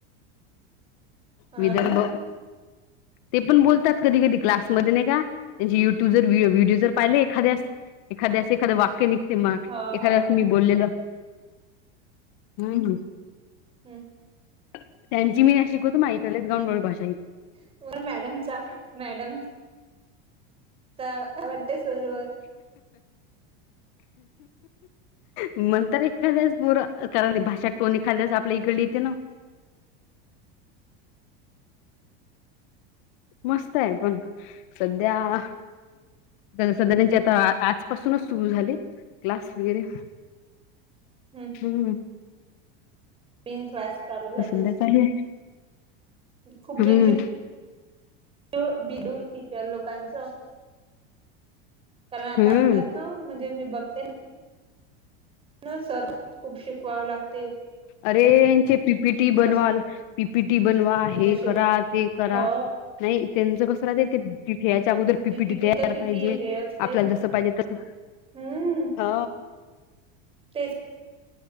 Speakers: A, on the right (about 20°); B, on the left (about 55°).
A: हा
B: विदर्भ
A: ना
B: ते पण बोलतात कधी कधी क्लासमध्ये नाही का त्यांची युट्यू तू जर व्हिडिओ जर पाहि एखा्यास एखा्या एखाद वाक्य निघते
A: ह
B: एखा्या
A: ह
B: बोललेलं हम्
A: हम्
B: त्यांची मी ना शिकवतो मायकलच गांडोळ भाषा
A: हो मॅडमचा मॅडम ता वाटते सरोवर
B: मणंतर एखाद्याच बोर करा भाषात टोन एखाद्याच आपल्या इकडे येते ना. मस्त आहे पण सध्या. सध्या त्यांचे आता आजपासूनच सुरु झाले क्लास वगैरे.
A: हम्म.
B: हम्म.
A: मीन क्लास चालू
B: तर
A: झाले
B: सध्या
A: असते.
B: चालू आहे
A: खूप
B: हम्म
A: बिझी. त बिडूर टिचर लोकांचं कारण आता
B: हम्म
A: ऐकतात ना म्हणजे मी बघते. न सर्व खूप शिकवाव लागत.
B: अरे यांचे पीपी टी बनवाल.
A: बसून
B: पीपीटी बनवा हे
A: तर शिक
B: करा ते करा.
A: हो
B: नाही त्यांचं कसं राहत ते फेच्या अगोदर पी
A: पीपीटी
B: पीटी तयार
A: तर किती
B: पाहिजे
A: हे असते
B: आपल्याला जस पाहिजे तस
A: हम्म
B: ह
A: तेच.